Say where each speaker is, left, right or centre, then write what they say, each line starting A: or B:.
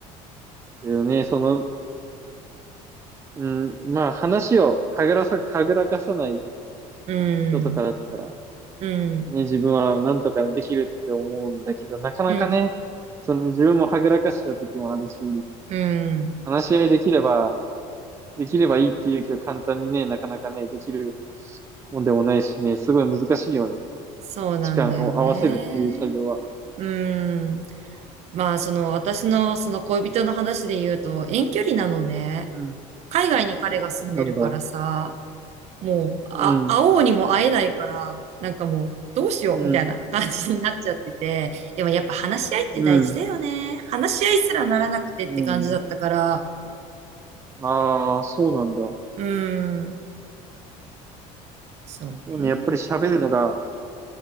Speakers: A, on the right (about 20°); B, on the right (about 50°).
A: けどね、その、うん、まあ話をはぐらさ、はぐらかさない
B: う
A: 人とかだったら、
B: ん、うん、
A: ね、自分はなんとかできるって思うんだけど、なかなかね、
B: うん、
A: その自分もはぐらかした時もあるし、
B: うん。
A: 話し合いできれば、できればいいっていう気を簡単にね、なかなかね、できるもんでもないしね、すごい難しいよね。
B: そうなんだよね。
A: 時間を合わせるっていう作業は。
B: うん。まあ、その私のその恋人の話で言うと遠距離なのね。
A: うん。あ
B: 海外に彼が住んでるからさ、
A: そうなんだ。
B: もう、あ、
A: うん。
B: 会おうにも会えないから、なんかもう、どうしようみたいな感じになっちゃってて。
A: うん。
B: でもやっぱ話し合いって大事だよね。
A: うん。
B: 話し合いすらならなくてって感じだったから。
A: うん。ああ、そうなんだ。
B: うん。そうね。
A: そうね、やっぱり喋るのが、